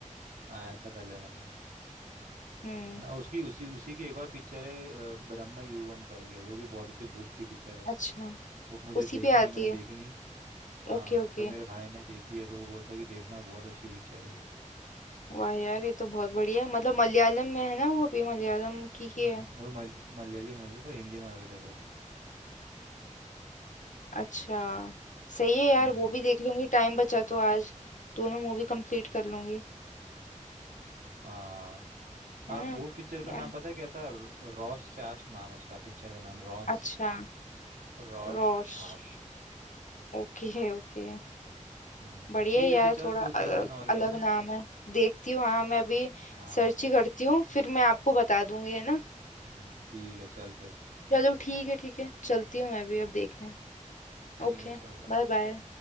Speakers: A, on the right; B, on the left.
A: हाँ ऐसा कर लेना फिर
B: हम्म
A: है ना उसकी उसी उसी की एक और पिक्चर है अ, ब्रह्म युगम करके वो भी बहुत अच्छी भूत की पिक्चर है
B: अच्छा
A: वो मुझे
B: उसी
A: देखनी
B: पे आती
A: है मैंने
B: है
A: देखी नहीं हाँ
B: Okay okay
A: पर मेरे भाई ने देखी है तो वो बोलता कि देखना बहुत अच्छी पिक्चर है ये
B: वाह यार ये तो बहुत बढ़िया है मतलब मलयालम में है ना वो भी मलयालम की
A: हम्म,
B: ही है
A: वो मल, मलयाली मूवी है, पर हिंदी में अवेलेबल है
B: अच्छा सही है यार
A: हम्म
B: वो भी देख लूंगी टाइम बचा तो आज दोनों मूवी कंप्लीट कर लूंगी
A: हाँ हाँ
B: है ना
A: वो पिक्चर का
B: या
A: नाम पता है क्या था रॉस चास्ट नाम है उसका पिक्चर का नाम रॉस
B: अच्छा
A: रोशाश
B: रॉस Okay okay
A: हम्म
B: बढ़िया
A: ठीक
B: है यार
A: है फिर चल
B: थोड़ा
A: तू
B: अलग,
A: देख लेना और
B: अलग
A: क्या है ना
B: नाम है देखती हूँ हाँ मैं अभी
A: हाँ
B: सर्च ही करती हूँ फिर मैं आपको बता दूंगी है ना
A: हम्म ठीक है चल फिर
B: चलो ठीक है ठीक है चलती हूँ मैं भी अब देखने
A: ठीक
B: ओके
A: है चल बाय
B: Bye bye